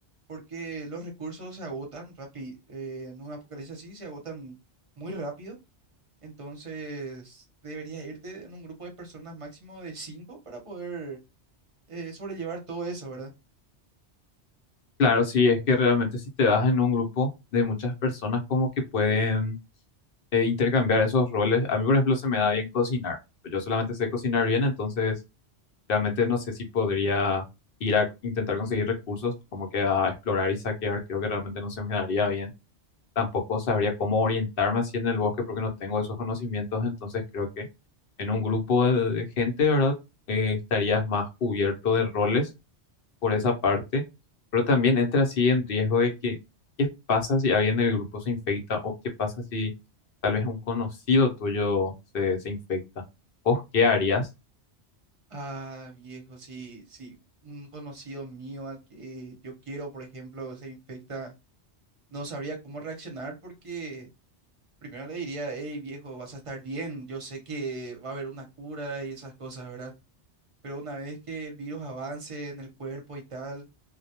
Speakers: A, on the right; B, on the left.
A: porque los recursos se agotan rápido, en un apocalipsis así se agotan muy rápido, entonces deberías irte en un grupo de personas máximo de cinco para poder eh, sobrellevar todo eso, ¿verdad?
B: Claro, sí, es que realmente si te das en un grupo de muchas personas como que pueden eh, intercambiar esos roles. A mí, por ejemplo, se me da bien cocinar. Yo solamente sé cocinar bien, entonces Realmente no sé si podría ir a intentar conseguir recursos, como que a explorar y saquear, creo que realmente no se me daría bien. Tampoco sabría cómo orientarme así en el bosque porque no tengo esos conocimientos, entonces creo que en un grupo de, de gente, ¿verdad? Eh, estarías más cubierto de roles por esa parte, pero también entra así en riesgo de que, ¿qué pasa si alguien del grupo se infecta o qué pasa si tal vez un conocido tuyo se, se infecta? ¿Vos qué harías?
A: Ah, viejo, si, si un conocido mío al que yo quiero, por ejemplo, se infecta, no sabría cómo reaccionar porque primero le diría, hey, viejo, vas a estar bien, yo sé que va a haber una cura y esas cosas, ¿verdad? Pero una vez que el virus avance en el cuerpo y tal,